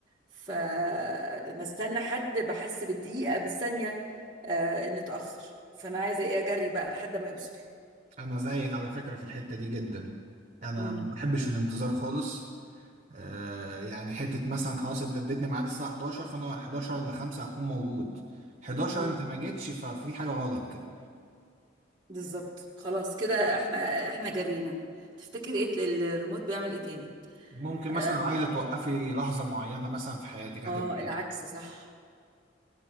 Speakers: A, on the right (about 25°); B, on the right (about 40°).
A: فلما استنى حد بحس بالدقيقه بالثانيه آه، ان اتاخر فانا عايزه ايه اجري بقى لحد ما يوصل
B: انا زيك على فكرة في الحتة دي جدا انا
A: امم
B: ما بحبش الانتظار خالص آه يعني حتة مثلا خلاص انت اديتني ميعاد الساعة 11 فانا 11 ل 5 هكون موجود 11
A: امم
B: انت ما جيتش ففي حاجة غلط كده
A: بالظبط خلاص كده احنا احنا جرينا تفتكر ايه ال- الريموت بيعمل ايه تاني
B: ممكن مثلا
A: اه
B: لو عايزة توقفي لحظة معينة مثلا في حياتك هتبقى
A: آه، العكس صح